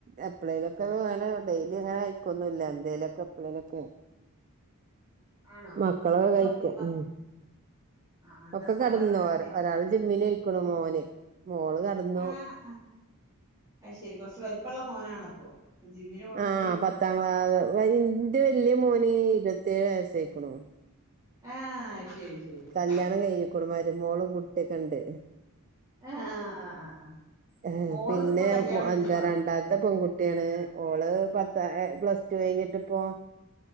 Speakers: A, on the right; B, on the right.
A: എപ്പഴേലൊക്കെ വേണ ഡെയിലി അങ്ങനെ അയിക്കൊന്നുല്ല എന്തേലൊക്കെ എപ്പ്ളേലൊക്കെ
B: ആണോ
A: മക്കളൊക്കെ കഴിക്കും
B: ഭ
A: ഉം
B: ആ ആ എന്താ
A: ഒക്കെ
B: ചോറാണോ
A: കെടന്നു
B: കഴിക്ക
A: ഒരാള് ജിമ്മിനൊയ്ക്ക്ണു മോന് മോള് കടന്നു
B: ആ ആ അത് ശരി കൊറച്ച് വലിപ്പള്ള മോനാണപ്പൊ ജിമ്മിന് പോണെങ്കില്
A: ആഹ് പത്താം ക്ലാ ഇൻ്റെ വെല്ല്യെ മോനി ഇരുത്തേഴ് വൈസായ്ക്ക്ണു
B: ആഹ് ശരി ശരി
A: കല്യാണം
B: ശരി
A: കഴിഞ്ഞിക്ക്ണു മരുമോളും കു ട്ട്യൊക്കെണ്ട്
B: ആ ആ ആ ആ ആ
A: ഏ
B: മോളത്
A: പിന്നെ
B: ഇപ്പൊ കല്യാണം ഇണ്ട്ന്ന്
A: എന്താ
B: പറഞ്ഞു
A: രണ്ടാത്തെ പെങ്കുട്ട്യാണ് ഓള് പത്ത എ പ്ലസ് ടു കഴിഞ്ഞിട്ടിപ്പോ